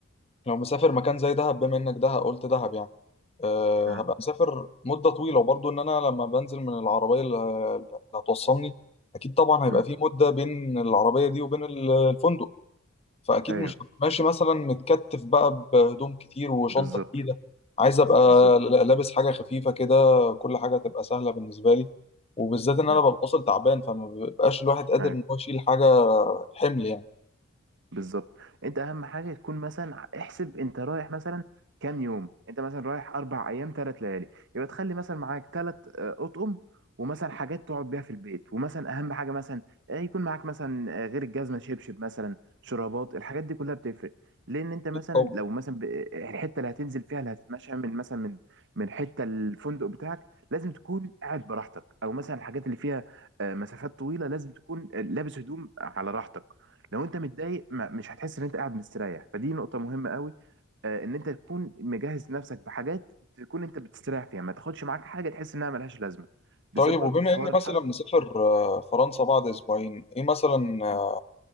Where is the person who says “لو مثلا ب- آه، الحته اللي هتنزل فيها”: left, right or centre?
Right